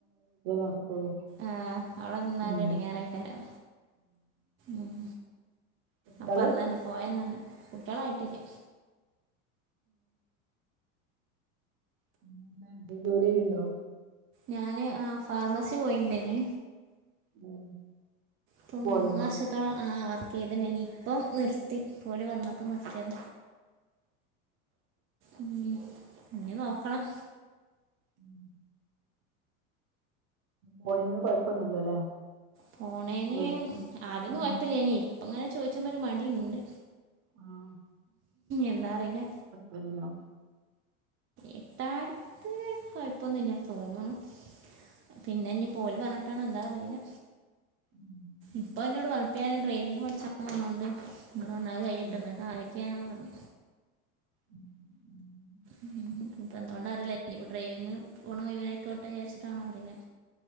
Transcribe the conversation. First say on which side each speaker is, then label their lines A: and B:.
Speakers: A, on the right (about 50°); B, on the right (about 30°).
A: നടക്കുള്ളൂ
B: ആഹ് അവിടെ നിന്നാല്
A: ഉം
B: എടങ്ങേറേക്കാരം ഉം
A: കുട്ട്യാള്
B: അപ്പൊ അന്ന് തന്നെ പോയ അന്നന്നെ കുട്ടികളായിട്ടില്ല
A: പിന്നെ എന്തേം ജോലി ചെയ്യ്ണ്ടോ
B: ഞാന് ആ ഫാർമസി പോയിണ്ടേന്
A: ഉം
B: പം
A: പോവലുണ്ടോ
B: മൂന്നുവർഷ ഇത്ത ആ വർക്ക് <unintelligible> ഇനി ഇപ്പം നിർത്തി ഒല് വന്നപ്പോ നിർത്തിയത. ഉം ഇഞ്ഞി നോക്കണം.
A: ഉം പോണെന്ന് കൊഴപ്പൊന്നുല്ലല്ലേ
B: പോണേന്
A: ജോലിക്ക്
B: ആദ്യൊന്നും
A: ആഹ്
B: കൊഴപ്പില്ലനി ഇപ്പ ഇങ്ങനെ ചോദിച്ചപ്പ ഒരു മടിണ്ട്
A: ആഹ്
B: എന്താ അറിയില്ല.
A: വന്നിനോ
B: ഇത്താര്ത്ത് കൊഴപ്പൊന്നുല്ല തോന്ന്ണു പിന്നെ ഇഞ്ഞി പോല് പറഞ്ഞിട്ടാണ് എന്താ അറിയില
A: ഉം
B: ഇപ്പൊ എന്നോട് അപ്പ ഞൻ ഡ്രൈവിംഗ് പഠിച്ചപോണോണ്ട് കൈയിട്ട്
A: ആ
B: എന്നിട്ട് ആലോയികം പറഞ്ഞു
A: ഉ ഉം
B: ഉം ഇപ്പൊ എന്തുകൊണ്ട അറിയില്ല ഇനിപ്പ ഡ്രൈവിംഗ് പോണോ മുഴിവനാ ആഴിക്കോട്ടെ വിചാരിച്ചിട്ടാണോ അറിയില്ല.